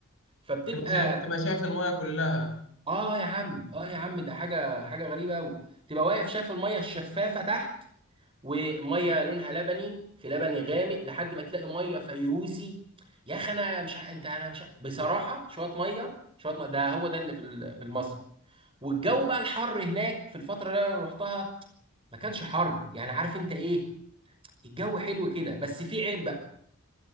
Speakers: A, on the right (about 25°); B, on the left (about 60°).
A: فبتبقى
B: تبقى شايف تبقى شايف المية كلها
A: اه يا عم اه يا عم ده حاجه حاجه غريبه قوي تبقى واقف شايف الميه الشفافه تحت وميه لونها لبني في لبني غامق لحد ما تلاقي ميه فيروزي يا اخي انا مش ع- انت انا مش ع- بصراحه شويه ميه شويه ميه ده هو ده اللي في ال- في مصر والجو بقى الحر هناك في الفترة اللي انا رحتها ما كانش حر يعني عارف انت ايه الجو حلو كده بس في عيب بقى